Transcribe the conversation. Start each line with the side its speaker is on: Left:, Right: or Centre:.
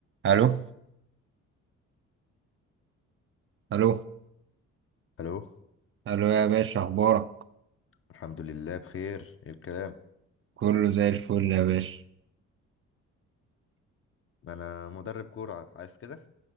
Right: الو الو
Left: الو
Right: الو يا باشا اخبارك
Left: الحمد لله بخير إيه الكلام
Right: كله زي الفل يا باشا
Left: انا مدرب كوره عارف كده